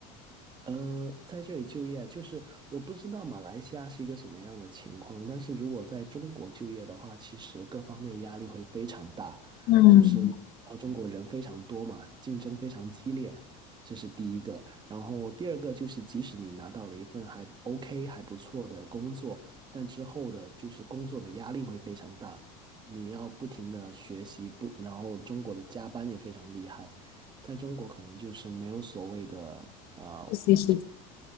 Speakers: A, on the right; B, on the left.
A: 呃，在这里就业，就是我不知道马来西亚是一个什么样的情况，但是如果在中国就业的话，其实各方面压力会非常大，
B: 嗯，
A: 就是你知道中国人非常多嘛，竞争非常激烈，这是第一个。然后第二个就是，即使你拿到了一份还 OK 还不错的工作，但之后的就是工作的压力会非常大，你要不停的学习，不，然后中国的加班也非常厉害。在中国可能就是没有所谓的啊、呃
B: 复习时间